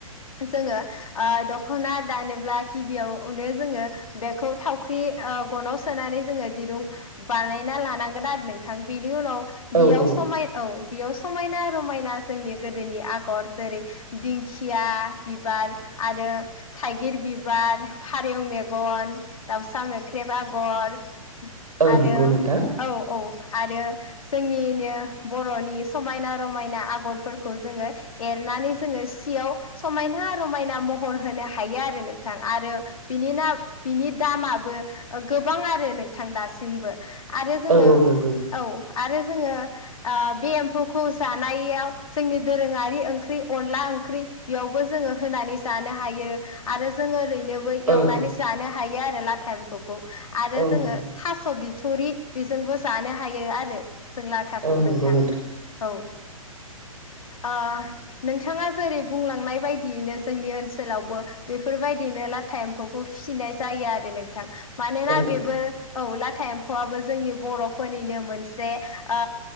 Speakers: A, on the left; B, on the right.
A: जोङो ओ दख'ना दानोब्ला गिबियावनो जोङो बेखौ थावख्रि ओ गनाव सोनानै जोङो दिरुं बानायना लानांगोन आरो नोंथां बेनि उनाव
B: औ
A: बेयाव
B: औ
A: समाय औ बेयाव समायना रमायना जोंनि गोदोनि आग आगर जेरै दिंखिया बिबार आरो थाइगिर बिबार सेव मेगन दावहा म खाख्रेब आगर
B: औ
A: आरो
B: नंगौ नोंथां
A: औ औ आरो जोंनिनो बर'नि समायना रमायना आगरफोरखौ जोङो एरनानै जोङो सियाव समायना रमायना महर होनो हायो आरो नोंथां आरो बिनि न बिनि दामाबो ओ गोबां आरो नोंथां दासिमबो आरो जोङो
B: औ औ नंगौ
A: औ आरो जोङो ओ बे एम्फौखौ जानायाव जोंनि दोरोङारि बे ओंख्रि अनला ओंख्रि बेयावबो जोङो होनानै जानो हायो आरो जोङो ओरैनोबो
B: औ
A: एवनानै
B: औ
A: जानो हायो आरो लाथा एम्फौखौ आरो
B: औ
A: जोङो
B: नंगौ
A: थास' बि थुरि बेजोंबो जानो हायो आरो जों लाथाखौ
B: औ नंगौ
A: नोंथां। औ। ओ नोंथांङा जेरै बुंलांनाय बायदियैनो जोंनि ओनसोलावबो बेफोरबायदिनो लाथा एम्फौ खौ फिसिनाय जायो आरो नोंथां। मानोना
B: औ
A: बेबोर औ लाथा एम्फौआबो जोंनि बर'फोरनिनो मोनसे ओ